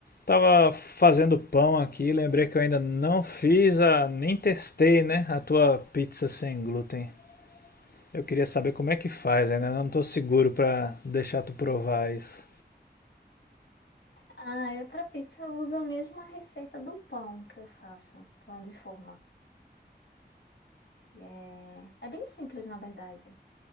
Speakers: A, on the left; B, on the left.
A: Tava fazendo pão aqui, lembrei que eu ainda não fiz a, nem testei, né, a tua pizza sem glúten. Eu queria saber como é que faz, ainda não tô seguro pra deixar tu provar isso.
B: Ah, é para pizza eu uso a mesma receita do pão que eu faço, pão de forma. E É, é bem simples, na verdade.